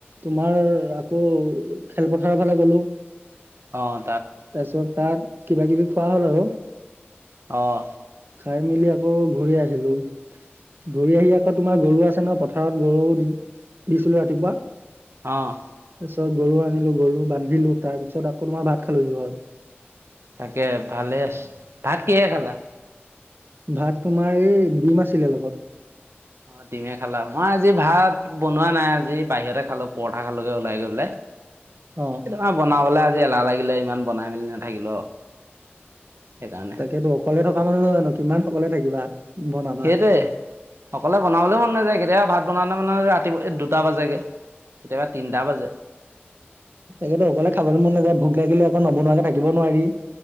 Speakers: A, on the right; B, on the right.
A: তোমাৰ আকৌ খেলপথাৰৰ ফালে গ'লো।
B: অহ।
A: তাৰপিছত তাত কিবা কিবি খোৱা হ'ল আৰু।
B: অহ।
A: চাই মেলি আকৌ ঘূৰি আছিলোঁ। ঘূৰি আহি আকৌ তোমাৰ গৰু আছে ন, পথাৰত গৰু দি দিছিলোঁ ৰাতিপুৱা।
B: অহ।
A: তাৰপিছত গৰু আনিলোঁ, গৰু বান্ধিলোঁ, তাৰপিছত আকৌ তোমাৰ ভাত খালোহি ঘৰত।
B: তাকে ভালে আছে। ভাত কিহেৰে খালা?
A: ভাত তোমাৰ এই ডিম আছিলে লগত।
B: অহ, ডিমে খালা। মই আজি ভাত বনোৱা নাই, আজি বাহিৰতে খালো পৰঠা খালগে ওলাই গৈ পেলে।
A: অ'।
B: এই তোমাৰ বনাবলে আজি এলাহ লাগিলে, ইমান বনাই মেলি নাথাকিলোঁ আৰু। সেইকাৰণে।
A: তাকেতো অকলে থকা মানুহ নহয় জানো, কিমান অকলে থাকিবা। বনাবা
B: সেইটোৱে, অকলে বনাবলৈ মন নাযায় কেতিয়াবা ভাত বনাওতে-বনাওতে ৰাতি দুটা বাজেগে, কেতিয়াবা তিনিটা বাজে।
A: তাকেতো অকলে খাবলৈ মন নাযায়। ভোক লাগিলে আকৌ নবনোৱাকে থাকিব নোৱাৰি।